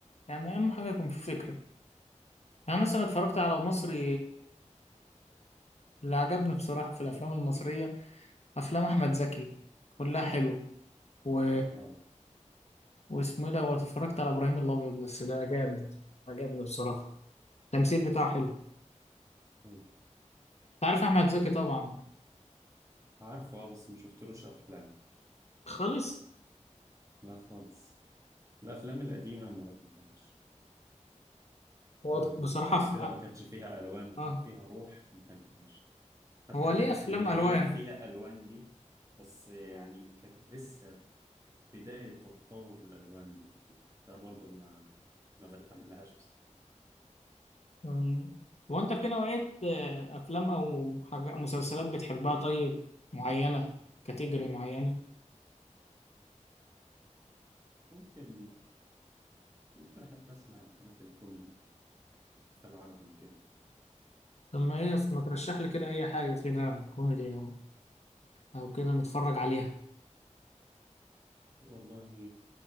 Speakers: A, on the left; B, on the right.
A: يعني أهم حاجة يكون فيه فكرة يعني مثلا اتفرجت على مصري اللي عجبني بصراحة في الأفلام المصرية أفلام أحمد زكي كلها حلوة و...
B: أه
A: واسمه إيه ده واتفرجت على إبراهيم الأبيض بس ده جامد عجبني بصراحة التمثيل بتاعه حلو أنت
B: أيوة
A: عارف أحمد زكي طبعا
B: عارفه أه بس مشفتلوش أفلام
A: خالص
B: لا خالص الأفلام القديمة ما بحبهاش
A: هو
B: لو
A: بصراحة
B: حاجة
A: في
B: كده
A: آه
B: ما كانتش فيها ألوان وكان
A: آه.
B: فيها روح ما بحبهاش حتى
A: هو
B: الحاجات
A: ليه أفلام
B: اللي
A: ألوان
B: هي فيها ألوان دي بس يعني كانت لسه بداية تطور الألوان دي فبرضه ما ما برتاحلهاش بصراحة
A: مم. هو أنت في نوعية آه، أفلام أو حاجة مسلسلات بتحبها طيب معينة كاتيجوري معينة
B: ممكن ممكن أحب أسمع الحاجات الكوميدي في العربي وكده
A: طب ما إيه ما ترشح لي كده أي حاجة كده كوميدي او كده نتفرج عليها
B: والله